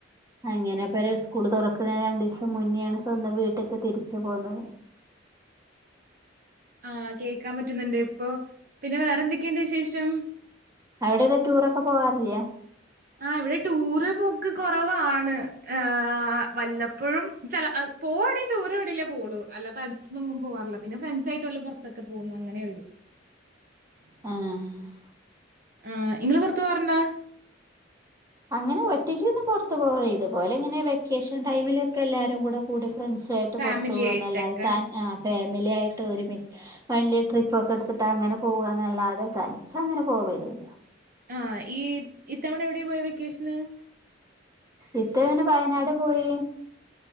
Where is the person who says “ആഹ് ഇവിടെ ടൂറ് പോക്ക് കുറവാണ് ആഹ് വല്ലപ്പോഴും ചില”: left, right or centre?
Right